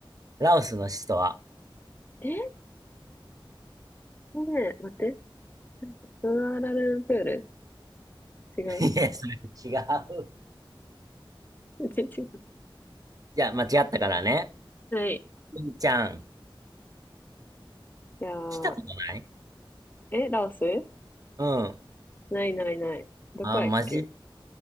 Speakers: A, on the right (about 40°); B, on the left (about 20°).
A: ラオスの首都は
B: えね待って。クアラルンプール違う。
A: <laughs> いや、それ違う。
B: <laughs> 全然違う。
A: じゃあ間違ったからね。
B: はい。
A: リンちゃん。
B: じゃあ、
A: 来たことない
B: え、ラオス
A: うん。
B: ないないない。どこやっけ
A: あマジ